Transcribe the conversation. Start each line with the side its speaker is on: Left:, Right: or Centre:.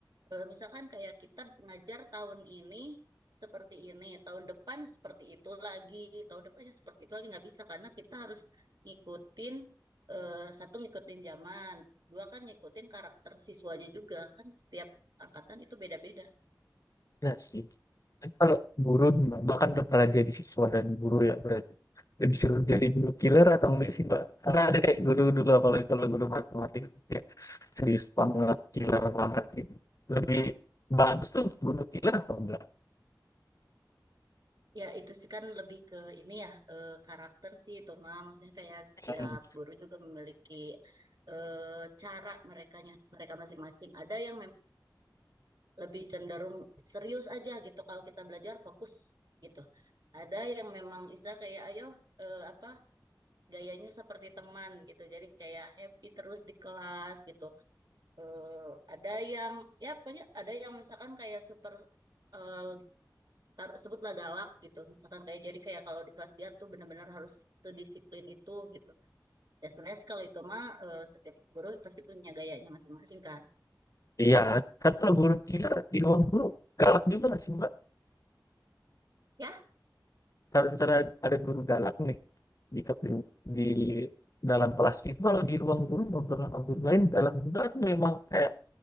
Right: eh, misalkan kayak kita ngajar tahun ini seperti ini, tahun depan seperti itu lagi, tahun depannya seperti itu lagi nggak bisa karena kita harus ngikutin eh, satu ngikutin zaman, dua kan ngikutin karakter siswanya juga kan setiap angkatan itu beda-beda.
Left: Ya sih. Tapi Kalau guru gimana? bahkan udah pernah jadi siswa dan guru ya berarti. Lebih seru jadi guru killer atau enggak sih, Mbak? Karena ada kayak guru dulu, apalagi kalau guru matematika. Kayak serius banget, killer banget gitu. Lebih bagus tuh guru killer atau enggak?
Right: Ya, itu sih kan lebih ke ini ya, eh, karakter sih itu mah. Maksudnya kayak setiap
Left: Hmm.
Right: guru juga memiliki eh, cara merekanya, mereka masing-masing. Ada yang memang lebih cenderung serius aja gitu kalau kita belajar fokus gitu. Ada yang memang Isa kayak ayo eh, apa gayanya seperti teman gitu. Jadi kayak happy terus di kelas gitu. Eh, ada yang ya pokoknya ada yang misalkan kayak super eh, taruh sebutlah galak gitu misalkan kayak jadi kayak kalau di kelas dia tuh benar-benar harus sedisiplin itu gitu ya sebenarnya sih kalau itu mah eh, setiap guru pasti punya gayanya masing-masing kan
Left: Iya, kata guru killer di ruang guru galak juga nggak sih, Mbak?
Right: ya
Left: kalau misalnya ada guru galak nih di keping- di dalam kelas itu kalau di ruang guru beberapa guru lain dalam juga itu memang kayak